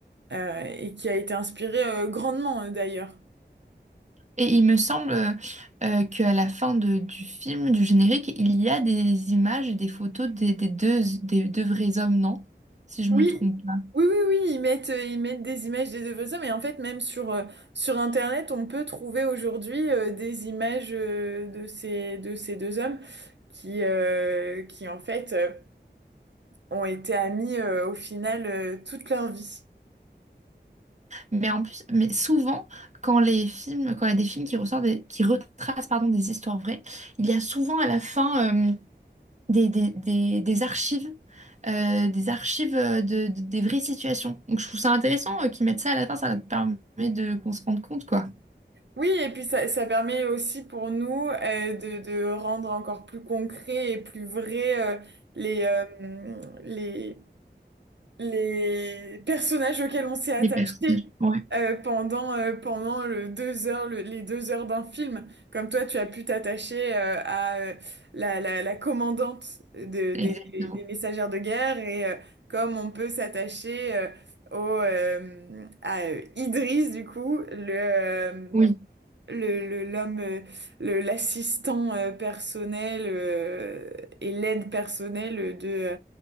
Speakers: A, on the right; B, on the right.
A: euh, et qui a été inspiré euh, grandement euh, d'ailleurs.
B: Et il me semble euh, euh, qu'à la fin de- du film, du générique, il y a des images et des photos des, des deux, des deux vrais hommes, non? Si je
A: Oui,
B: me trompe pas.
A: oui, oui, oui, ils mettent, euh, ils mettent des images des œuvres d'art, mais en fait, même sur, euh, sur Internet, on peut trouver aujourd'hui euh, des images euh, de ces, de ces deux hommes qui, euh, qui en fait, euh, ont été amis euh, au final euh, toute leur vie.
B: Mais en plus, mais souvent, quand les films, quand il y a des films qui ressortent, des- qui retracent, pardon, des histoires vraies, il y a souvent à la fin euh, des, des, des, des archives, euh, des archives euh, de, de- des vraies situations. Donc je trouve ça intéressant euh, qu'ils mettent ça à la fin, ça permet de qu'on se rende compte, quoi,
A: Oui, et puis ça, ça permet aussi pour nous euh, de, de rendre encore plus concret et plus vrai euh, les, euh, les, les personnages auxquels on s'est attaché
B: des personnages. Ouais,
A: euh, pendant, euh, pendant le deux heures, le- les deux heures d'un film. Comme toi, tu as pu t'attacher euh, à euh, la, la, la commandante de,
B: exactement.
A: des, des- des messagères de guerre et euh, comme on peut s'attacher euh, au, euh, à euh, Idriss, du coup, le... euh,
B: Oui.
A: Le, le- l'homme, euh, le- l'assistant euh, personnel euh, et l'aide personnelle de,